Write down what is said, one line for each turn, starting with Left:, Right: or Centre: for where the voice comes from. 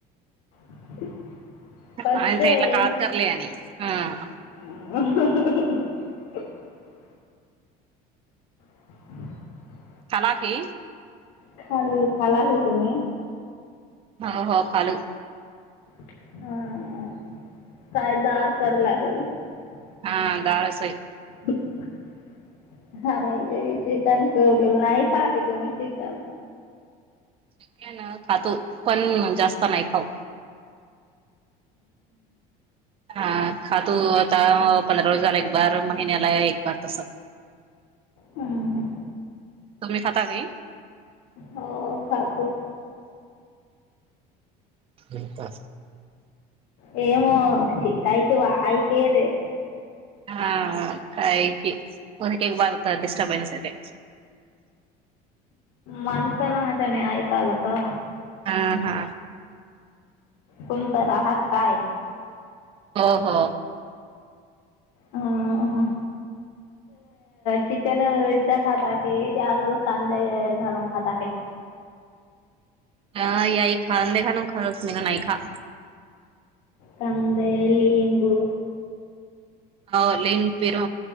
Left: <unintelligible>
Right: <unintelligible>
Left: फर्स्ट टाइम
Right: हा.
Left: <unintelligible> <inaudible>
Right: चला की.
Left: खाल खाला हे तुम्ही.
Right: हो हो खलो.
Left: <unintelligible>
Right: हा. <unintelligible>
Left: <inaudible> हा मी चिकन करलं नाही खा क तु चिकन.
Right: क ना खातो पण जास्त नाही खाऊ हा खातू आता पंधरा रज झाला एक बार महिन्याला एक बार तस.
Left: हम्म हम्म.
Right: तुम्ही खाता वी.
Left: हो खातो.
Right: <unintelligible>
Left: येम च कायक वा आई काय रे.
Right: हा काही क ब हो डस्टर्बनस येत.
Left: माणसं नाजणे ऐकालाता.
Right: हा हा.
Left: तुम तर आहात काय.
Right: हो हो.
Left: ह ह चिकन इता खातात ते कंद घलून खाता ते
Right: हा याई खा नाही खाान खास नाही खा.
Left: कंदे लिंबू.
Right: हो ली फिरू